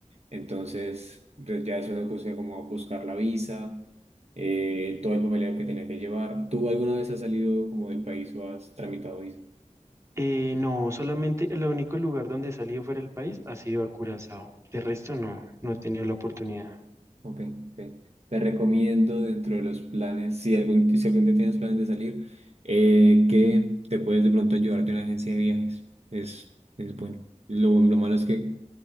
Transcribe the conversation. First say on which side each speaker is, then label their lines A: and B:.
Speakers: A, on the right; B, on the right.
A: entonces de- ya eso me puse como a buscar la visa, eh, todo el papeleo que tenía que llevar. ¿Tú alguna vez has salido como del país o has tramitado visa?
B: Eh, no, solamente el único lugar donde he salido fuera del país ha sido a Curazao. De resto no, no he tenido la oportunidad.
A: Ok, ok. Te recomiendo dentro de los planes, si algún, si algún día tienes planes de salir, eh, que te puedes de pronto ayudar de una agencia de viajes. Es, es bueno. Lo, lo malo es que